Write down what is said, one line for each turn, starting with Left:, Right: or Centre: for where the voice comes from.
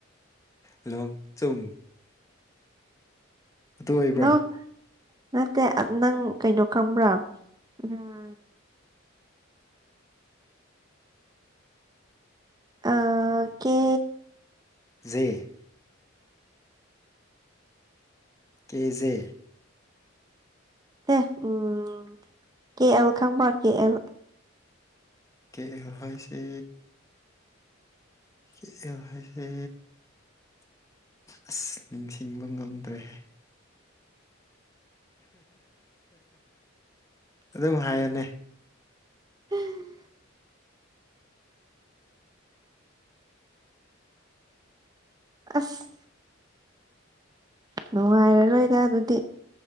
Left: ꯂꯣꯡ ꯆꯨꯝ ꯑꯗꯨ ꯑꯣꯏꯕ꯭ꯔꯥ
Right: ꯅꯣ ꯅꯠꯇꯦ ꯅꯪ ꯀꯩꯅꯣ ꯈꯪꯕ꯭ꯔꯥ ꯎꯝ ꯑ ꯀꯦ
Left: ꯦ ꯀꯖꯦ
Right: ꯑꯦꯦ ꯎꯝ ꯀꯦ ꯑꯦꯜ ꯈꯪꯕ꯭ꯔ ꯀꯦ ꯑꯦꯜ
Left: ꯀꯦ ꯑꯦꯁ ꯀꯦ ꯑꯦꯁꯦ ꯑꯁ ꯅꯤꯡꯁꯤꯡꯕ ꯉꯝꯗ꯭ꯔꯦꯍꯦ ꯑꯗꯨꯝ ꯍꯥꯏꯌꯦꯅꯦ
Right: ꯎꯝ ꯑꯁ ꯅꯨꯡꯉꯥꯏꯔꯔꯣꯏꯗ ꯑꯗꯨꯗꯤ